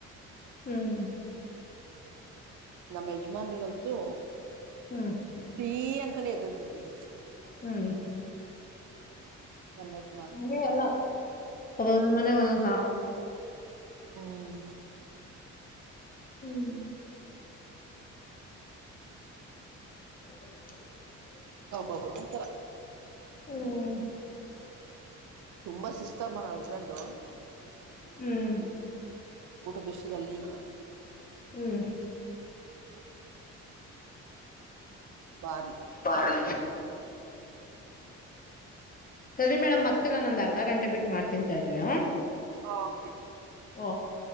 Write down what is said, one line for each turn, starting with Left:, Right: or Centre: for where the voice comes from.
Left: ಹ್ಮ್
Right: ನಮ್ಮ ಯಜಮಾನ್ರಿಗಂತು
Left: ಹ್ಮ್
Right: ಟಿ ಅಂತಾನೆ ಎದ್ದೇಳ್ತಿರ್ತೀವಿ.
Left: ಹ್ಮ್
Right: ನಮ್ಮ ಯಜ್
Left: ಹಂಗೇನು ಇಲ್ಲ ಒಂದು ಒಂದು ಮನೆ ಒಂಒಂದುತರ
Right: ಹ್ಮ
Left: ಹ್ಮ್. <inaudible>
Right: ಒಬ್ಬ್ರು ಒಬ್ಬ್ರು ಒಂತರ.
Left: ಹ್ಮ..
Right: ತುಂಬ ಸಿಸ್ಟಮ್ ನಮ್ಮ ಹಸ್ಬೆಂಡು
Left: ಹ್ಮ್..
Right: ಊಟದ ವಿಷಯದಲ್ಲಿ.
Left: ಹ್ಮ್.
Right: ಬಾರಿ.
Left: ಬಾರೀ. ಸರಿ ಮೇಡಮ್ ಮತ್ತೆ ನಾನೊಂದು ಅರ್ಧ ಗಂಟೆ ಬಿಟ್ಟ ಮಾಡ್ತೀನಿ ತಾಡ್ರಿ.
Right: ಓಕೆ.
Left: ಓಕೆ